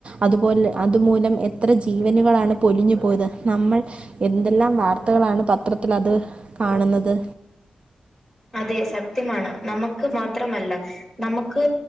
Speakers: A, on the right; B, in the centre.
A: അതുപോലെ അതുമൂലം എത്ര ജീവനുകളാണ് പൊലിഞ്ഞു പോയത് നമ്മൾ എന്തെല്ലാം വാർത്തകളാണ് പത്രത്തിൽ അത് കാണുന്നത്
B: അതെ സത്യമാണ് നമുക്ക് മാത്രമല്ല നമുക്ക്